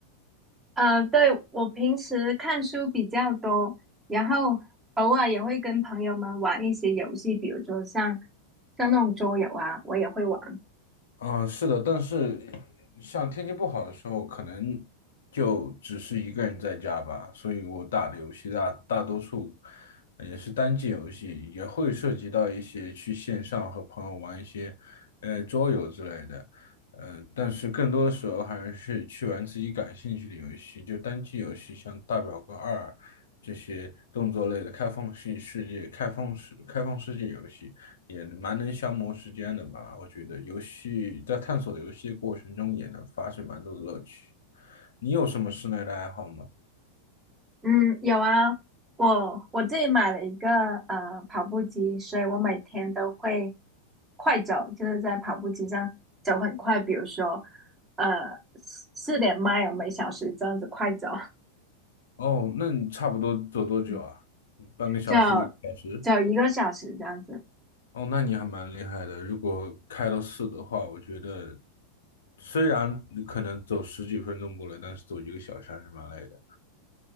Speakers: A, on the right (about 15°); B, on the left (about 65°).
A: 呃，对，我平时看书比较多，然后偶尔也会跟朋友们玩一些游戏，比如说像像那种桌游啊，我也会玩。
B: 嗯，是的，但是像天气不好的时候，可能就只是一个人在家吧，所以我打的游戏大大多数呃也是单机游戏，也会涉及到一些去线上和朋友玩一些呃桌游之类的，呃，但是更多的时候还是去玩自己感兴趣的游戏，就单机游戏，像《大表哥二》这些动作类的开放性世界、开放式开放世界游戏。也蛮能消磨时间的吧。我觉得游戏在探索游戏的过程中也能发现蛮多的乐趣。你有什么室内的爱好吗？
A: 嗯，有啊，我我自己买了一个呃跑步机，所以我每天都会快走，就是在跑步机上走很快，比如说呃四点 mile 每小时这样子快走。
B: 哦，那你差不多走多久啊？
A: <laughs>
B: 半个小时，
A: 就
B: 一个小时？
A: 走一个小时这样子。
B: 哦，那你还蛮厉害的。如果开到四的话，我觉得虽然你可能走十几分钟过来，但是走一个小时还是蛮累的。